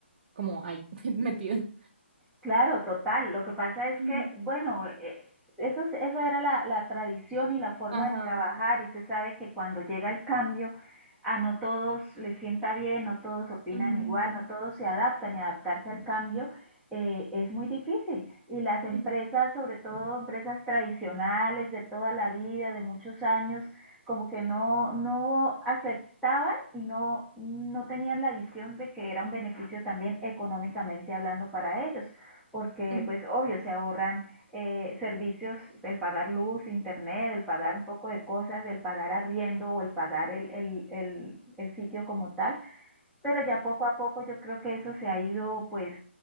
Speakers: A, on the right; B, in the centre.
A: como ahí, <laughs> metida.
B: Claro, total. Lo que pasa es
A: Ujú.
B: que, bueno, eh, eso, es- eso era la, la tradición y la forma
A: Ajá.
B: de trabajar y se sabe que cuando llega el cambio, a no todos les sienta bien, no todos opinan
A: Ujú,
B: igual, no todos se adaptan y adaptarse al cambio eh, es muy difícil. Y las empresas,
A: ujú,
B: sobre todo empresas tradicionales de toda la vida, de muchos años, como que no, no aceptaban y no, no tenían la visión de que era un beneficio también económicamente hablando para ellos porque
A: ujú,
B: pues obvio se ahorran eh, servicios, el pagar luz, internet, el pagar un poco de cosas, el pagar arriendo o el pagar el, el, el, el sitio como tal, pero ya poco a poco yo creo que eso se ha ido pues